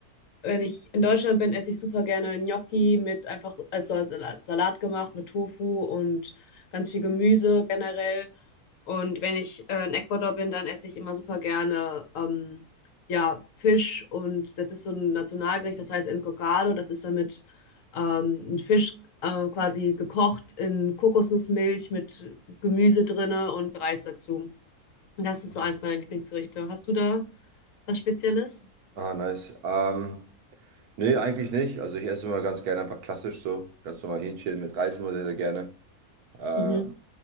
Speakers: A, on the left; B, on the right.
A: wenn ich in Deutschland bin, esse ich super gerne Gnocchi mit einfach also als Salat Salat gemacht, mit Tofu und ganz viel Gemüse generell. Und wenn ich äh, in Ecuador bin, dann esse ich immer super gerne ähm, ja, Fisch und das ist so ein Nationalgericht, das heißt Encocado, das ist dann mit ähm, ein Fisch äh, quasi gekocht in Kokosnussmilch mit Gemüse drinne und Reis dazu. Und Das ist so eins meiner Lieblingsgerichte. Hast du da was Spezielles?
B: Ah, nice. Ähm, nee, eigentlich nicht. Also ich esse immer ganz gerne einfach klassisch so. Ganz normal Hähnchen mit Reis immer sehr, sehr gerne. Ähm,
A: Mhm.